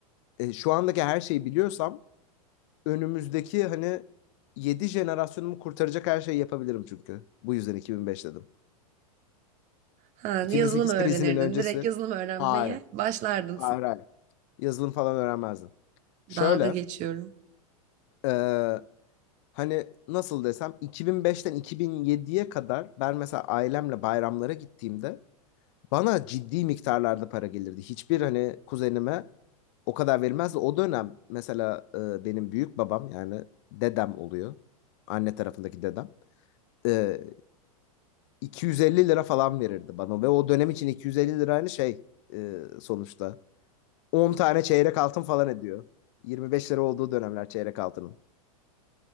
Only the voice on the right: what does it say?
Ha,
yazılım öğrenirdin.
Direkt yazılım öğrenmeye
başlardın.
Dalga geçiyorum.